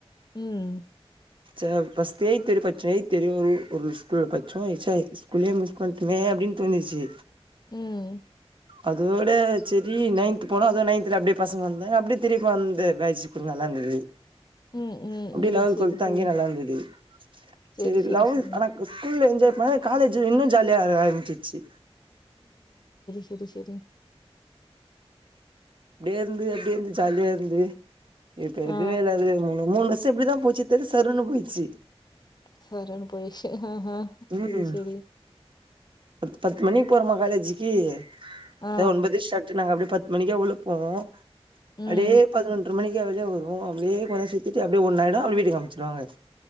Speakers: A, on the left (about 40°); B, on the right (about 50°).
A: ம்,
B: சா பஸ்ட்டு எய்த் வெர்யோ பச்சே எய்த் வெர்யோ ஒரு ஸ்கூல பச்சோ ஸ்கூலே மிஸ் பண்ட்டுமே அப்டீன் னு தோனூச்சி
A: ம்.
B: அதோட செரி நைன்த் போனா அதோட நைன்தல அப்டியே பசங்க வந் னா அப்டீயே திருப்பி வந்தே பேட்ச் கொஞ்சோ நல்லா இர்ந்துது
A: ம், ம்,
B: அப்டியே
A: ம்.
B: லெவல்த்து
A: சரி,
B: ட்டுவல்த்
A: சரி.
B: அங்கேயே நல்லா இர்ந்துது
A: சரி,
B: செரி
A: சரி,
B: லெவல்
A: சரி.
B: ஆனாக் ஸ்கூல்ல ந்த மாரி காலேஜு இன்னோ ஜாலியா ஆர ஆரம்பிச்சிர்ச்சு
A: செரி செரி
B: அப்டியே இர்ந்து அப்டியே இர்ந்து ஜாலியா இர்ந்து இப்ப
A: ஆ
B: எதுவுமே இல்லாது மூணு மூணு லட்ச் ச எப்டிதா போச்சு தெர்ல சர்ருன்னு போயிச்சு
A: சர்ன்னு போயிருச்சு
B: ம்
A: செரி செரி
B: பத் பத்து மணிக் போறோமா காலேஜிக்கி
A: ஆ.
B: சோ ஒன்பது ஷாட்டு நாங்க அப்டியே பத் து மணிக்கா உள்ளப்போவோ
A: ம்.
B: அப்டியே பதினொன்ற பத்து மணிக்கா வெளிய வருவோ அப்டியே கொஞ்சோ நேர சுத்திட்டு அப்டியே ஒன்ன ஆயிடு அப்டியே வீட்டுக்கு அனுப்ச்சுருவாங்க